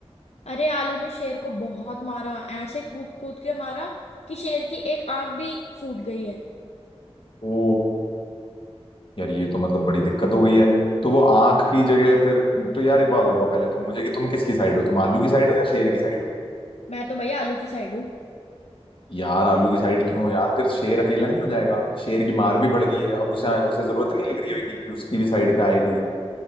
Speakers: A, on the left; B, on the left.
A: अरे आलू ने शेर को बहुत मारा ऐसे कूद कूद के मारा कि शेर की एक आंख भी फूट गई है
B: ओ यार ये तो मतलब बड़ी दिक्कत हो गई है तो वो आंख की जगह फिर तो यार एक बात बताओ पहले तुम मुझे कि तुम किसकी साइड हो तुम आलू की साइड हो या शेर की साइड हो
A: मैं तो भैया आलू की साइड हूँ
B: यार आलू की साइड क्यों यार फिर शेर अकेला नहीं हो जाएगा शेर की मार भी पड़ गई है अब उसे उसे जरूरत नहीं लग रही होगी कि उसकी भी साइड पे आए कोई